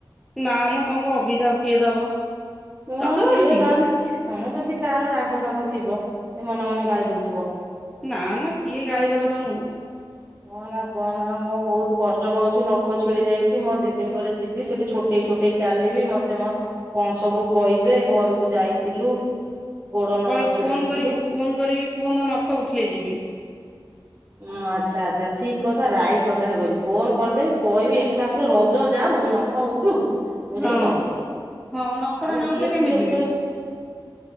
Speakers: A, in the centre; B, on the right.
A: ନା ମ ତମକୁ ଅଭିଶାପ କିଏ ଦବ।
B: ହଁ
A: ରକ୍ତ ବାହାରୁଛି
B: କିଏ ତାନ୍ତି
A: କି
B: ହଁ ଯଦି କାହାର ରାଗ ଫାଗ ଥିବ ସେ ମନେ ମନେ ଗାଳି ଦଉଥିବ।
A: ନା ନା କିଏ ଗାଳି ଦବ ତମକୁ।
B: କହ ନା କହନା ମୁଁ ବହୁତ କଷ୍ଟ ପାଉଛି ନଖ ଛିଡି ଯାଇଛି ମୁଁ ଦି ଦିନ ପରେ ଯିବି ସେଠି ଛୋଟ ଚୋଟେଇ ଛୋଟେଇ ଚାଲିବି ମତେ କଣ ସବୁ କହିବେ ଘରକୁ ଯାଇଥିଲୁ। ଗୋଡ ନଖ
A: କ
B: ଛିଡେଇ
A: ଫୋନ
B: ଦେଲୁ
A: କରି ଫୋନ କରିକି କୁହ ମୋ ନଖ ଉଠିଲେ ଯିବି।
B: ହଁ ଆଚ୍ଛା ଆଚ୍ଛା ଠିକ କଥା ରାଇଟ କଥାାରେ କଛି ଫୋନ କରିଦେବି କହିବି ଏକାଥରେ ରଜ ଯାଉ ନ ପଖ ଉଠୁ ମୁଁ
A: ହଁ
B: ଯାଇ ପହଞ୍ଚିବି।
A: ହଁ ନଖଟା
B: ଆଉ
A: ନ
B: କିଏ
A: ଉଠିଲେ କେମି
B: ସିଏ
A: ଯିବି।
B: ଏତେ